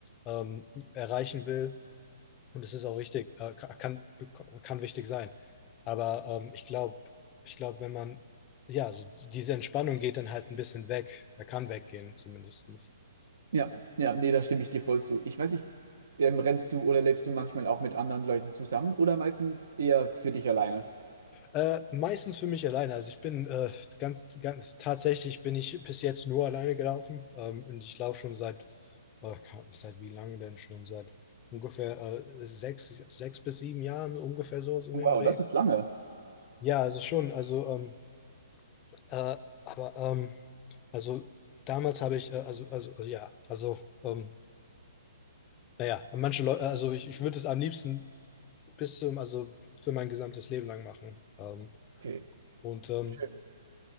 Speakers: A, on the left (about 25°); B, on the right (about 70°).
A: ähm, erreichen will, und es ist auch richtig, äh, kann, kann wichtig sein. Aber ähm, ich glaube, ich glaube, wenn man, ja, so diese Entspannung geht dann halt ein bisschen weg. Er kann weggehen, zumindest.
B: Ja, ja, nee, da stimme ich dir voll zu. Ich weiß nicht, ähm, rennst du oder lebst du manchmal auch mit anderen Leuten zusammen oder meistens eher für dich alleine?
A: Äh, meistens für mich alleine. Also ich bin äh, ganz, ganz, tatsächlich bin ich bis jetzt nur alleine gelaufen. Ähm, und ich laufe schon seit, äh, seit wie lange denn schon? Seit ungefähr äh, sechs, sechs bis sieben Jahren, ungefähr so, so in
B: Wow,
A: den Dreh.
B: das ist lange.
A: Ja, also schon, also, ähm, äh, aber, ähm, Also damals habe ich, äh, also, also äh, ja, also, ähm, naja, manche Leute, also ich, ich würde es am liebsten bis zum, also für mein gesamtes Leben lang machen. Ähm,
B: Okay.
A: und ähm,
B: Schön.